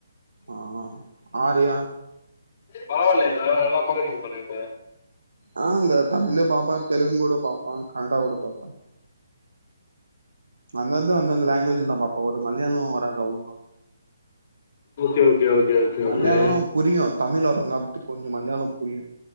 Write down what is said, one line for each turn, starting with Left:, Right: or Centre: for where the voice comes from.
Right: ஆ ஆ ஆர்யா
Left: பரவாயில்லயேங்க நல்லா பாக்குறீங்க போல இருக்கு
Right: ஆ அங்க தமிழ் பாப்பன் தெலுங்குட பாப்பான் கனடாவோட பாப்பன் அந்தந்து அந்தந்த லாங்குவேஜ்ல தான் பாப்பான் ஒரு மலையாளம் வராது அவ்ளோவா
Left: okay okay okay okay
Right: Malayalam
Left: okay
Right: புரியும் தமிழ் வரங்காட்டு கொஞ்சம் மலையாளம் புரியும்